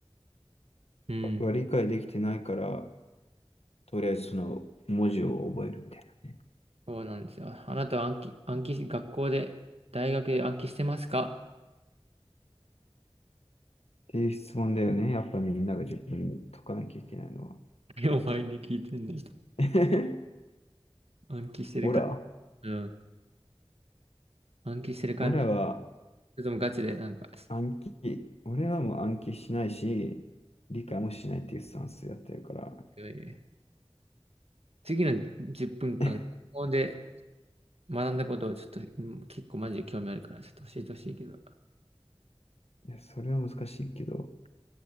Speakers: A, on the right; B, on the left.
A: うん。
B: は理解できてないから、とりあえずその文字を覚えるみたいな。っ
A: そうなんですよ。あなたは暗記、暗記学校で、大学で暗記してますか
B: ていう質問だよね。やっぱみんなが自分に解かなきゃいけないのは。
A: <laughs> お前に聞いてんねん。
B: <laughs>
A: 暗記してるか、
B: オラ
A: うん。暗記してる感じ。
B: オラは
A: それともガチで、なんか、
B: 暗記、俺はもう暗記しないし、理解もしないっていうスタンスでやってるから。
A: いやいや次の10分間、
B: <laughs>
A: 学校で学んだことをちょっと、うん結構マジで興味あるから、ちょっと教えてほしいけど、
B: いや、それは難しいけど。